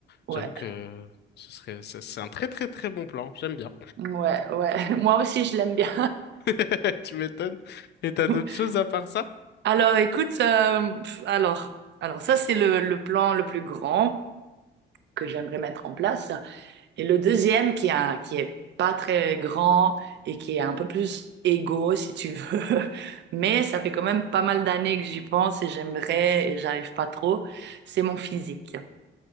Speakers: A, on the right; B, on the left.
A: Ouais.
B: j'avoue que ce serait, c'est c'est un très très très bon plan, j'aime bien.
A: Ouais, ouais. <laughs> Moi aussi, je l'aime bien.
B: <laughs> Tu m'étonnes. Et t'as
A: <laughs>
B: d'autres choses à part ça?
A: Alors, écoute, euh, pff, alors, alors ça, c'est le, le plan le plus grand que j'aimerais mettre en place. Et le deuxième, qui a, qui est pas très grand et qui est un peu plus égo, si tu veux. <laughs> Mais ça fait quand même pas mal d'années que j'y pense et j'aimerais, et j'arrive pas trop, c'est mon physique.